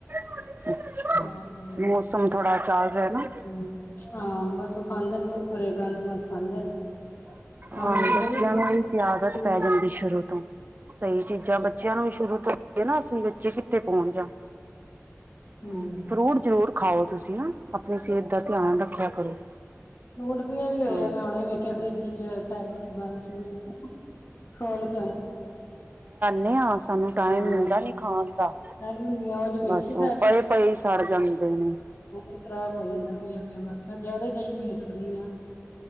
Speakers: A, on the right; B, on the left.
A: ਹ <unintelligible>
B: ਤਾਂ
A: ਮੌਸਮ ਥੋੜਾ ਚੱਲ ਰਿਹਾ ਨਾ।
B: ਹਾਂ ਬਸ ਉਹ ਖਾਂਦੇ ਨੇ ਕੁਰਕੁਰੇ ਗੰਦ ਖਾਂਦੇ ਨੇ। ਖਾਣ
A: ਹਾਂ,
B: ਚ
A: ਬੱਚਿਆਂ
B: ਜੋ ਵੀ ਨੀ
A: ਨੂੰ
B: ਹਾਂ।
A: ਹੀ ਆਦਤ ਪੈ ਜਾਂਦੀ ਸ਼ੁਰੂ ਤੋਂ। ਸਹੀ ਚੀਜ਼ਾਂ ਬੱਚਿਆਂ ਨੂੰ ਵੀ ਸ਼ੁਰੂ ਤੋਂਏ ਨਾ ਅਸੀਂ ਬੱਚੇ ਕਿੱਥੇ ਪਹਉਣ ਜਾਣ।
B: ਹੂੰ
A: ਹੂ, ਫਰੂਟ ਜ਼ਰੂਰ ਖਾਓ ਤੁਸੀਂ ਹਨ ਆਪਣੀ ਸਿਹਤ ਦਾ। ਧਿਆਨ ਰੱਖਿਆ ਕਰੋ।
B: ਫੂਟ ਪੀਆ ਵੀ ਹੋਇਆ
A: ਹਾਂ
B: ਮੈਂ ਹੁਨੇ ਵੇਖਿਆ ਫਰੀ ਚ ਥੈਬ ਚ' ਬੰਦ ਸੀ। ਮ ਖੋਲ ਕੇ
A: ਦੇ ਹਾਂ ਸਾਨੂੰ ਟਾਈਮ
B: ਹਾਂ
A: ਮਿਲਦਾ ਨੀ ਖਾਣ ਦਾ।
B: ਟਾਈਮ ਗਿਆ ਉਹ ਜੇ ਵੇਖੀ
A: ਬਸ ਉਹ ਪਏ- ਪਏ ਸੜ ਜਾਂਦੇ ਨੇ।
B: ਉਹ ਖਰਾਬ ਹੋ ਜਾਂਦਾ ਪਿਆ- ਪਿਆ ਬਸ ਮੈਂ ਜਿਆਦਾ ਹੀ ਡਸਟਬਿਨ ਸੁੱਟਣੀ ਆ।